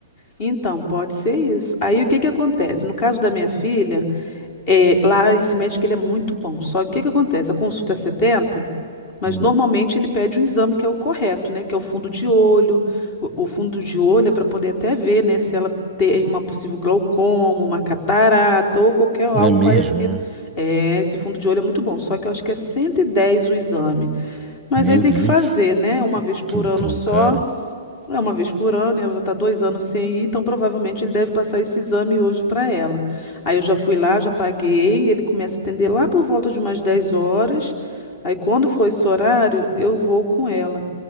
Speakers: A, on the left; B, on the right.
A: Então, pode ser isso. Aí o que que acontece? No caso da minha filha, é, lá esse médico ele é muito bom. Só que o que que acontece? A consulta é setenta mas
B: Hum.
A: normalmente ele pede um exame que é o correto, né? Que é o fundo de olho. O, o fundo de olho é para poder até ver, né, se ela tem uma possível glaucoma, uma catarata ou qualquer algo
B: Não é mesmo,
A: parecido.
B: né?
A: É, esse fundo de olho é muito bom. Só que eu acho que é 110 o exame. Mas
B: Meu
A: aí tem
B: Deus,
A: que fazer, né? Uma vez por
B: tudo
A: ano
B: tão
A: só.
B: caro.
A: É uma vez por ano, e ela já está dois anos sem ir, então provavelmente ele deve passar esse exame hoje para ela. Aí eu já fui lá, já paguei, ele começa a atender lá por volta de umas 10 horas. Aí quando for esse horário, eu vou com ela.